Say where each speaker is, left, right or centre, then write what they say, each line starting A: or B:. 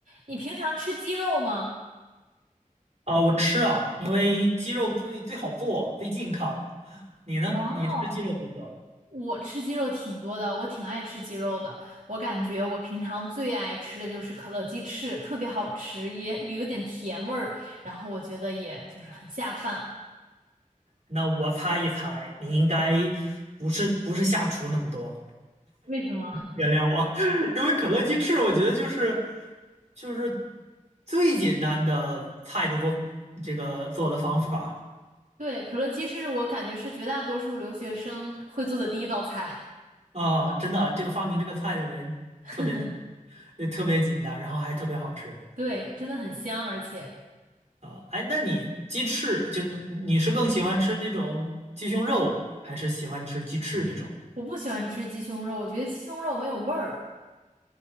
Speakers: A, on the right (about 70°); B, on the right (about 50°).
A: 你平常吃鸡肉吗？
B: 啊，我吃啊，因为鸡肉最最好做，最健康。你呢？
A: 哦，
B: 你吃鸡肉多不多？
A: 我吃鸡肉挺多的，我挺爱吃鸡肉的。我感觉我平常最爱吃的就是可乐鸡翅，特别好吃，也也有点甜味儿，然后我觉得也就是很下饭。
B: 那我猜一猜，你应该不是不是下厨那么多，
A: 为什么？
B: 原谅我，<laughs> 因为可乐鸡翅，我觉得就是就是最简单的菜的做这个做的方法
A: 对，可乐鸡翅我感觉是绝大多数留学生会做的第一道菜。
B: 啊，真的，这个发明这个菜的人特别厉害，
A: <laughs>
B: 也特别简单，然后还特别好吃。
A: 对，真的很香，而且
B: 啊，哎，那你鸡翅就是你是更喜欢吃那种鸡胸肉，还是喜欢吃鸡翅这种？
A: 我不喜欢吃鸡胸肉，我觉得鸡胸肉没有味儿。